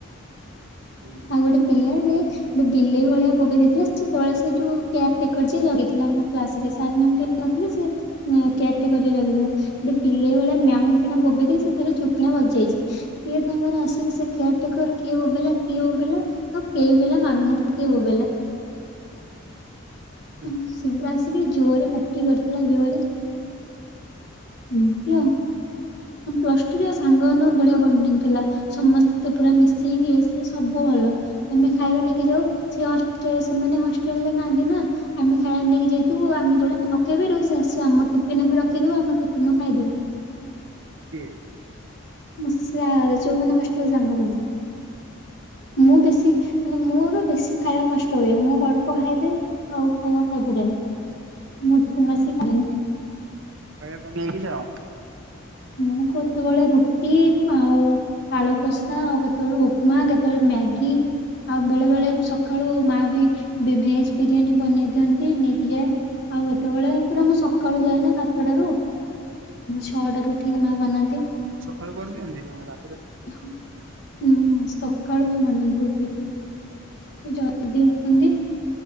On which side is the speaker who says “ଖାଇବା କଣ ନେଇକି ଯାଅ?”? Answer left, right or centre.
Right